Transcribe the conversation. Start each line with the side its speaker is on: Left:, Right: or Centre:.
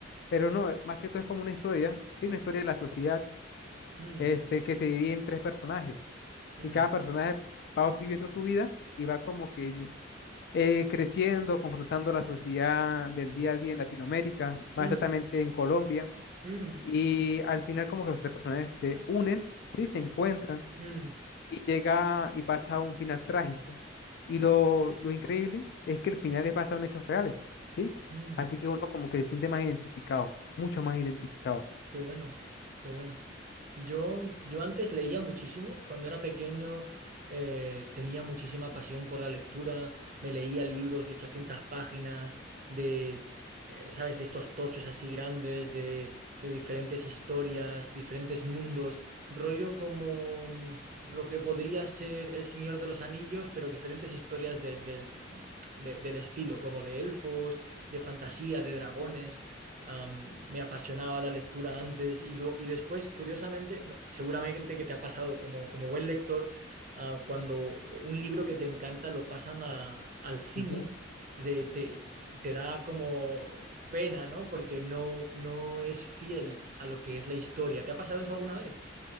Left: pero no, eh, más que todo es como una historia, sí, una historia de la sociedad,
Right: Mm,
Left: este, que se divide en tres personajes
Right: mm,
Left: y cada personaje va viviendo su vida y va como que eh, creciendo, confrontando la sociedad del
Right: mm,
Left: día a día en Latinoamérica, más
Right: mm,
Left: exactamente en Colombia
Right: mm,
Left: Y al final como que los tres personajes se unen, ¿sí? Se encuentran
Right: mm,
Left: y llega y pasa a un final trágico. Y lo, lo increíble es que el final es basado en hechos reales, ¿sí?
Right: mm.
Left: Así que uno como que se siente más identificado, mucho más identificado.
Right: Qué bueno, qué bueno. Yo, yo antes leía muchísimo. Cuando era pequeño eh, tenía muchísima pasión por la lectura. Me leía libros de 800 páginas, de, eh, ¿sabes? De estos tochos así grandes, de, de diferentes historias, diferentes mundos. Rollo como mm, lo que podría ser El Señor de los Anillos, pero diferentes historias del del- de- del estilo, como de elfos, de fantasía, de dragones. Am, me apasionaba la lectura antes y, luego, y después, curiosamente, no- seguramente que te ha pasado como, como buen lector, ah, cuando eh, un libro que te encanta lo pasan a- al cine,
Left: Ujú.
Right: te, te- te da como pena, ¿no? Porque no, no es fiel a lo que es la historia. ¿Te ha pasado eso alguna vez?